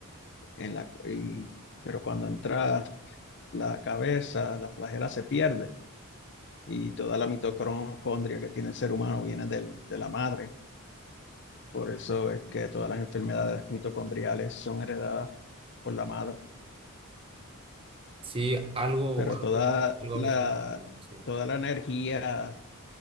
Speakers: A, on the left; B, on the right.
A: en la, y- pero cuando entra la cabeza, la flagela se pierde y toda la mitocondria que tiene el ser humano viene del- de la madre. Por eso es que todas las enfermedades mitocondriales son heredadas por la madre.
B: Sí, algo,
A: Pero
B: algo,
A: toda
B: algo
A: la,
B: había escuchado, sí.
A: toda la energía